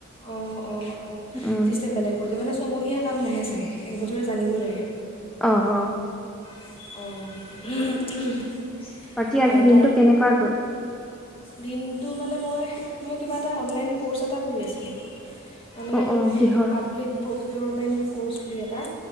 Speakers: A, on the left; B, in the centre.
A: অ', অ', অ'
B: উম
A: চিষ্টেম বেলেগ কৰিছে মানে ছমহীয়া কাম নাহে চাগে, একবছৰে জানিবই লাগে।
B: অ', অ'।
A: <inaudible>
B: বাকী আজি
A: আহ,
B: দিনটো
A: তাৰ
B: কেনেকুৱা গ'ল?
A: দিনটো মানে মই, মই কিবা এটা অনলাইন ক'ৰ্চ এটা কৰি আছিলোঁ। অনলাইন
B: অ অ কিহৰ
A: পাব্লিক প্ৰফ পিয়'ৰমেণ্ট ক'ৰ্চ বুলি এটা